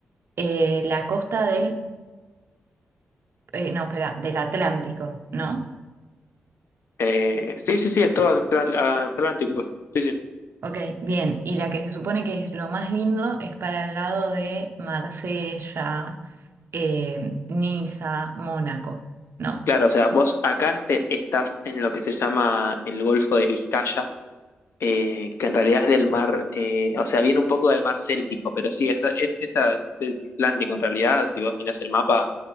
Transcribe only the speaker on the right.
eh, la costa del, eh, no, espera, del Atlántico, ¿no?
Ok, bien. Y la que se supone que es lo más lindo es para el lado de Marsella, eh, Niza, Mónaco, ¿no?